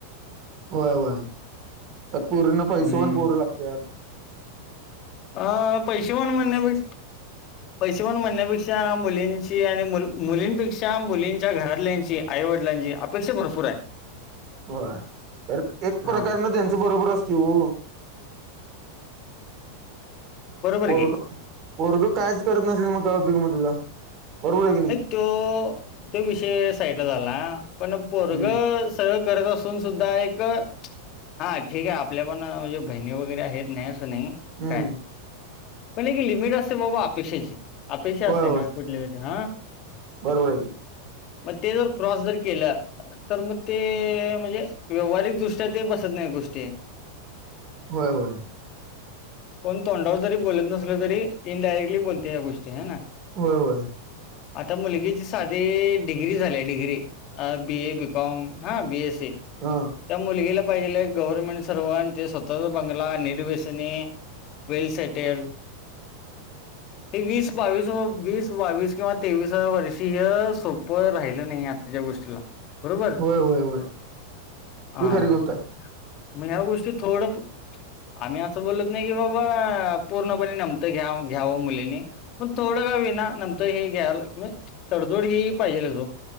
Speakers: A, on the right; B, on the left.
A: होय होय तर पूरींना
B: हम्म
A: पैसेवान पोरं लागतात
B: हा पैसेवान म्हणण्यापेक्षा पैसेवाण म्हणण्यापेक्षा मुलींची आणि मु मुलींपेक्षा मुलींच्या घरातल्यांची आईवडिलांची अपेक्षा भरपूर आहे
A: होय खरं एक
B: हा
A: प्रकारन त्यांचं बरोबर असते हो
B: बरोबर
A: पोरगं
B: की
A: पोरगं कायच करत नसेल मग का उपयोग त्याचा बरोबर आहे की
B: नाही तो तो विषय साईट झाला पण पोरगं
A: हम्म
B: सगळं करत असून सुद्धा एक हा ठीक आहे आपल्या पण म्हणजे बहिणी वगैरे आहेत नाही असं नाही
A: हम्म
B: काय पण एक लिमिट असते बाबा अपेक्षेची अपेक्षा असते
A: होय होय
B: ना कुठली हो हा
A: बरोबर
B: मग ते ज क्रॉस जर केला तर मग ते म्हणजे व्यवहारिकदृष्ट्या ते बसत नाही गोष्टी
A: होय होय
B: पण तोंडावर जरी बोलत नसलं तरी इनडायरेक्टली बोलते या गोष्टी ह ना
A: होय होय
B: आता मुलगीची साधी डिग्री झाली डिग्री बी ए बीकॉम हा बीएस सी
A: हम
B: त्या मुलगीला पाहिजे गव्हर्नमेंट सर्व आणि ते स्वतःचा बंगला निर्वसनी वल सटल हे वीस बावीस वीस बावीस किंवा तेवीसा वर्षी हे सोपं राहिलं नाही आता त्या गोष्टीला बरोबर
A: होय होय होय ही
B: आ
A: खरी गोष्ट
B: म
A: आहे
B: म ह्या गोष्टी थोडं आम्ही असं बोलत नाही की बाबा पूर्णपणे नमतं घ्या घ्यावं मुलीनी पण थोडं का होईना नमतं हे घ्याल म्हणजे तडजोड ही पाहिजेलच ओ